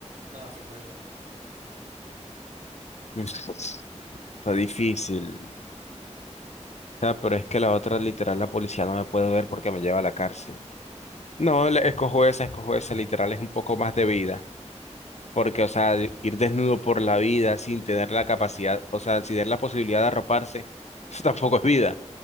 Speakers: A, on the right; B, on the left.
A: No, siempre es no.
B: Es- Está difícil. O sea, pero es que la otra, literal, la policía no me puede ver porque me lleva a la cárcel. No, le- escojo esa, escojo esa, literal, es un poco más de vida. Porque, o sea, de- ir desnudo por la vida sin tener la capacidad, o sea, sin tener la posibilidad de arroparse, <laughs> eso tampoco es vida.